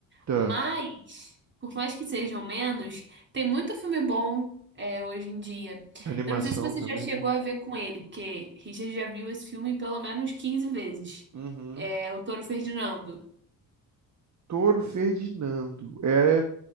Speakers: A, on the right; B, on the right.
A: Tá.
B: Mas, por mais que sejam menos, tem muito filme bom é, hoje em dia.
A: Animação
B: Eu não sei se você
A: também,
B: já chegou
A: né?
B: a ver com ele, porque Richard já viu esse filme pelo menos 15 vezes.
A: Uhum.
B: É o Touro Ferdinando.
A: Touro Ferdinando. É,